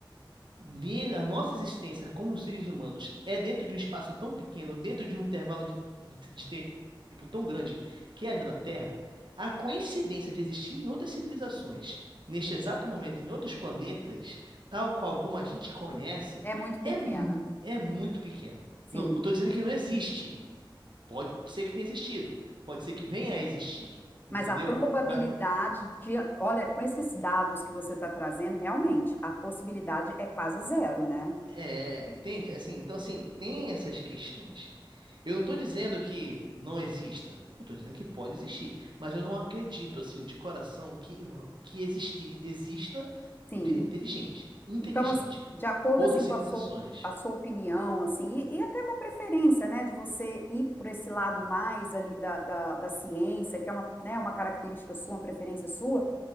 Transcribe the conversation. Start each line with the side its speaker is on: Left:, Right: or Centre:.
Right: ne- a nossa existência como seres humanos é dentro de um espaço tão pequeno, dentro de um intervalo de, de, de tempo tão grande, que é a vida na Terra, a coincidência de existir em outras civilizações, neste exato momento, em outros planetas, tal qual como a gente conhece,
Left: é muito pequena.
Right: é, mu- é muito pequena.
Left: Sim,
Right: Não estou dizendo que não existe. Pode ser que tenha existido, pode ser que venha a existir, entendeu?
Left: mas a probabilidade
Right: Mas,
Left: de, olha, com esses dados que você está trazendo, realmente, a possibilidade é quase zero, né?
Right: é, entende? Assim, então, assim, tem essas questões. Eu não estou dizendo que não exista, eu estou dizendo que pode existir, mas eu não acredito, assim, de coração que, que existi, exista
Left: Sim.
Right: vida inteligente, inteligente.
Left: Então, assim, de acordo
Right: Outras
Left: assim com
Right: civilizações.
Left: a sua, a sua opinião, assim, e, e até uma preferência, né, de você ir por esse lado mais ali da, da, da ciência, que é uma, né, uma característica sua, uma preferência sua,